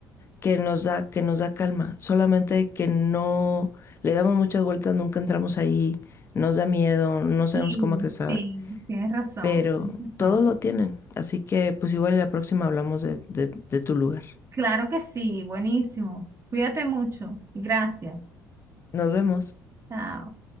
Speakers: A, on the left; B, on the right.
A: que nos da, que nos da calma. Solamente que no le damos muchas vueltas, nunca entramos ahí, nos da miedo, no sabemos
B: Sí,
A: cómo accesar.
B: sí, tienes razón,
A: Pero
B: tienes
A: todos
B: razón.
A: lo tienen. Así que pues igual la próxima hablamos de, de de tu lugar.
B: Claro que sí, buenísimo. Cuídate mucho y gracias.
A: Nos vemos.
B: Chao.